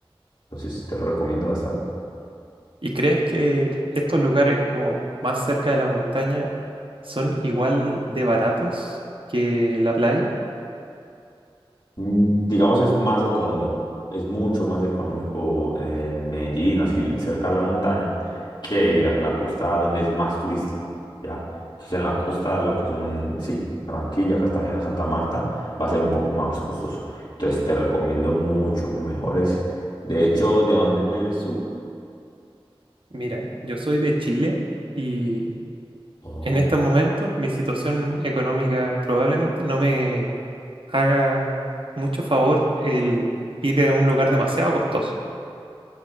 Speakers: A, on the left (about 55°); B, on the right (about 65°).
A: Entonces te lo recomiendo bastante.
B: ¿Y crees que estos lugares como más cerca de la montaña son igual de baratos que la playa?
A: Mm, Digamos es más económico, es mucho más económico en Medellín, así cerca de la montaña, que ir a la costa donde es más turístico, ¿ya? Entonces en la costa lo que son, sí, Barranquilla, Cartagena, Santa Marta, va a ser un poco más costoso. Entonces te recomiendo mucho mejores. De hecho, ¿de dónde eres tú?
B: Mira, yo soy de Chile y
A: Oh.
B: en estos momentos mi situación económica probablemente no me haga mucho favor el ir a un lugar demasiado costoso.